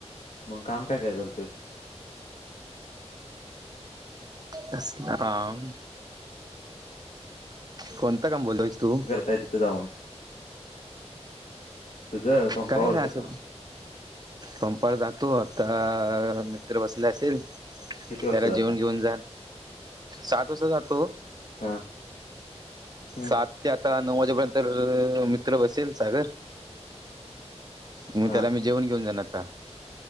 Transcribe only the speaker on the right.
कसल काम, कोणतं काम बोलतोयस तू?
काही नाही असचं.
पंपावर जातो आता मित्र बसले असेलं
त्याला
जेवण घेऊन झाल? सात वाजता जातो.
सात ते आता नऊ वाजेपर्यंत अ मित्र बसेल सागर. मग
त्याला मी जेवण घेऊन जाणार आता,